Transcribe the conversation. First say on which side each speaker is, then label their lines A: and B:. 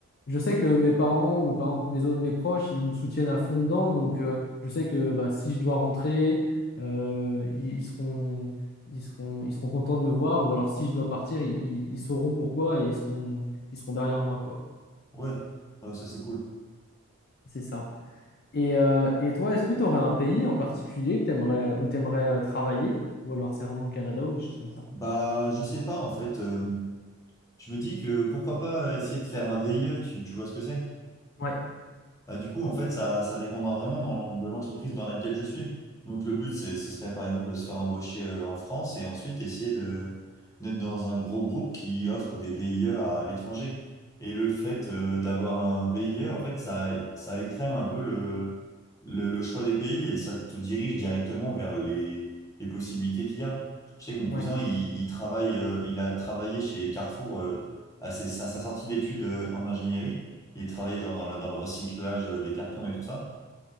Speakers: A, on the left; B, on the left.
A: Je sais que mes parents ou par exemple mes, autres- mes proches, ils me soutiennent à fond dedans. Donc, euh, je sais que bah, si je dois rentrer, euh, ils, ils seront, ils seront, ils seront contents de me voir. Ou alors, si je dois partir, ils, ils- ils sauront pourquoi et ils seront, ils seront derrière moi, quoi.
B: Ouais, Ouais, ça c'est cool.
A: C'est ça. Et, euh, et toi, est-ce que tu aurais un pays en particulier que t'aimerais, où tu aimerais travailler? Ou alors, c'est vraiment le Canada ou des choses comme ça?
B: Bah, je sais pas, en fait. euh, je me dis que pourquoi pas essayer de faire un VIE, tu, tu vois ce que c'est?
A: Ouais,
B: Bah, du coup, en fait, ça, ça dépendra vraiment dans- de l'entreprise dans laquelle je suis. Donc, le but, c'est, ce serait par exemple de se faire embaucher euh, en France et ensuite essayer de, d'être dans un gros groupe qui offre des VIE à l'étranger. Et le fait euh, d'avoir un VIE, en fait, ça, ça écrème un peu le, le, le choix des pays et ça te dirige directement vers les, les possibilités qu'il y a. Je sais que mon
A: ouais,
B: cousin, il, il travaille, euh, il a travaillé chez Carrefour euh, à, ses- à sa sortie d'études euh, en ingénierie. Il travaillait genre dans le, dans le recyclage euh, des cartons et tout ça.